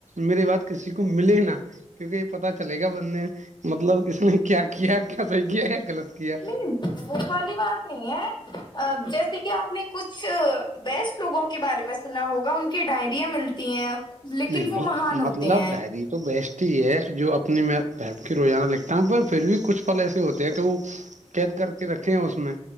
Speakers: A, on the right; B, on the left.
A: میرے بات کسی کو ملے نہا کیوںکہ یہ پتا چلے گا بندے مطلب اس نے کیا کیا کیا صحیح کیا یا غلط کیا
B: نہیں وہ والی بات نہیں ہے جیسے کہ آپ نے <unintelligible> کچھ بیسٹ لوگوں کے بارے میں سنا ہوگا ان کی ڈائریاں ملتی ہیں لیکن
A: نہیں
B: وہ
A: نہیں
B: مہان
A: مطلب
B: ہوتے ہیں
A: ڈائری تو بیسٹ یہ جو اپنی ویب کی روزانہ لکھتا ہوں پھر بھی کچھ پل ایسے ہوتے ہیں کہ وہ قید کر کے رکھیں اس میں